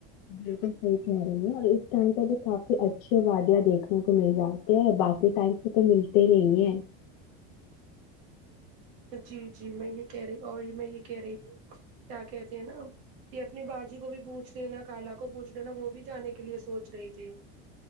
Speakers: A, on the left; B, on the right.
A: بلکل صحیح کہہ رہی ہیں اور اس ٹائم پہ بھی کافی اچھیے وادیا دیکھنے کو مل جاتی ہ باقی ٹائم پے تو ملتے نہیں ہے
B: جی جی میں یہ کہہ رہی اور یہ میں یہ کہہ رہی تھی کیا کہتے ہیں نا کہ اپنی باجی کو بھی پوچھ لینا کالا کو پوچھ لینا وہ بھی جانے کے لیے سوچ رہی تھی